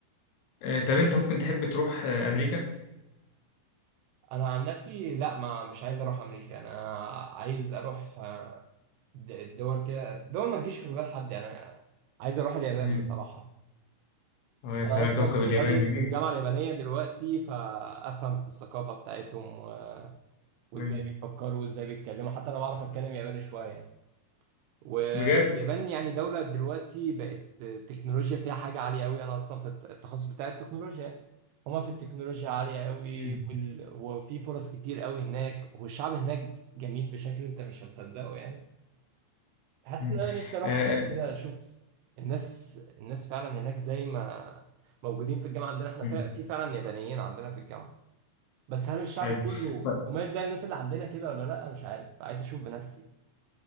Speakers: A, on the left (about 85°); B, on the right (about 75°).
A: آه، طب انت ممكن تحب تروح آه، امريكا
B: انا عن نفسي لا ما مش عايز اروح امريكا انا عايز اروح آه، د- الدول كده دول ما تجيش في بال حد يعني انا عايز اروح اليابان
A: امم
B: بصراحة
A: اه يا سلام
B: انا اصلا
A: كوكب اليابان
B: بدرس
A: جميل
B: في الجامعه اليابانيه دلوقتي فافهم في الثقافه بتاعتهم و- وازاي
A: أيوة.
B: بيفكروا وازاي بيتكلموا حتى انا بعرف اتكلم ياباني شويه يعني واليابان
A: بجد
B: يعني دوله دلوقتي بقت التكنولوجيا فيها حاجه عاليه قوي انا اصلا في الت- التخصص بتاع التكنولوجيا هما في التكنولوجيا عاليه قوي
A: مم.
B: وال... وفي فرص كتير قوي هناك والشعب هناك جميل بشكل انت مش هتصدقه يعني حاسس
A: مم.
B: ان انا نفسي اروح
A: آه،
B: هناك كده اشوف الناس الناس فعلا هناك زي ما موجودين في الجامعه عندنا احنا
A: مم.
B: فع- في فعلا يابانيين عندنا في الجامعه بس هل الشعب
A: ايوه
B: كله
A: طب
B: قماش زي الناس اللي عندنا كده ولا لا مش عارف عايز اشوف بنفسي